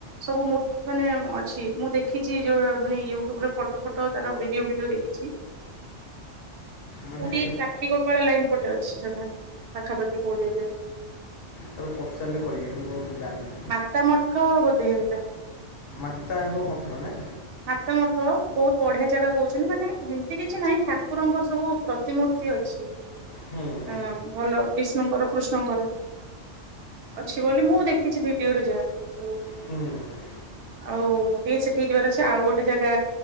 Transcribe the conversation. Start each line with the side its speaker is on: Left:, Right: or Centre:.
Right: ସବୁ ମୂ ମାନେ ଅଛି ମୁଁ ଦେଖିଛି ଯୋଉ ମାନେ ୟୁଟ୍ୟୁବରେ ଫଟୋ ଫଟୋ ତାର ଭିଡିଓ ଫିଡିଓ ଦେଖିଛି।
Left: ମାନେ
Right: ପୁରୀ ସାକ୍ଷୀ ଗୋପାଳ ଲାଇନ ପଟେ ଅଛି। ପାଖାପାଖି କୋଉଠେ ହେଲେ
Left: ତାେର ପଚାରିଲେ କହିବି ମୁଁ ଆଉ ଜାଣିନି।
Right: ମାତା ମଠ ବୋଧେ ହେଟା।
Left: ମାତାଙ୍କ ମଠ ନା?
Right: ମାତା ମଠ ବହୁତ ବଢିଆ ଜାଗା କହୁଛନ୍ତି ମାନେ ଏମିତି କିଛି ନାହିଁ ଠାକୁରଙ୍କର ସବୁ ପ୍ରତିମୂର୍ତ୍ତି ଅଛି।
Left: ହୁଁ ହୁଁ
Right: ଆଁ ଭଲ ବିଷ୍ଣୁଙ୍କର କୃଷ୍ଣଙ୍କର ଅଛି ବୋଲି ମୁଁ ଦେଖିଛି ଭିଡିଓରେ ଯାହା ସବୁ
Left: ହୁଁ
Right: ଆଉ ଟିକେ ସେଠିକି ଯିବାର ଅ ଆଉ ଗୋଟେ ଜାଗା